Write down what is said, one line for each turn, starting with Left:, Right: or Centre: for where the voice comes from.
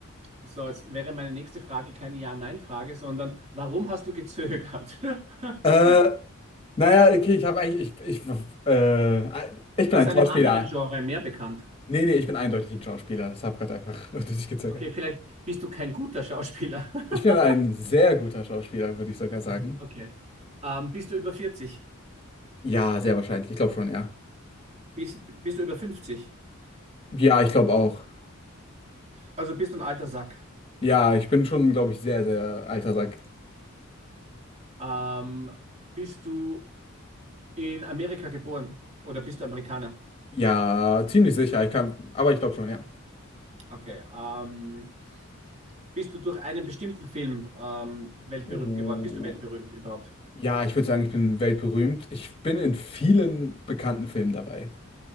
Right: So, jetzt wäre meine nächste Frage keine Ja-Nein-Frage, sondern warum hast du gezögert? <laughs>
Left: Äh, naja, okay, ich habe eigentlich, ich, ich, äh,
Right: Bist
Left: ich bin
Right: du aus
Left: ein
Right: einem
Left: Schauspieler.
Right: anderen Genre mehr bekannt?
Left: Nee, nee, ich bin eindeutig ein Schauspieler. Ich habe gerade einfach <laughs> nicht gezögert.
Right: Okay, vielleicht bist du kein guter Schauspieler. <laughs>
Left: Ich bin ein sehr guter Schauspieler, würde ich sogar sagen.
Right: Okay. Ähm, bist du über 40?
Left: Ja, sehr wahrscheinlich. Ich glaube schon, ja.
Right: Bist, bist du über 50?
Left: Ja, ich glaube auch.
Right: Also bist du ein alter Sack.
Left: Ja, ich bin schon, glaube ich, sehr, sehr alter Sack.
Right: Ähm, bist du in Amerika geboren? Oder bist du Amerikaner?
Left: Ja, ziemlich sicher. Ich kann, aber ich glaube schon, ja.
Right: Okay. Ähm, bist du durch einen bestimmten Film ähm, weltberühmt
Left: Uh,
Right: geworden? Bist du weltberühmt überhaupt?
Left: ja, ich würde sagen, ich bin weltberühmt. Ich bin in vielen bekannten Filmen dabei.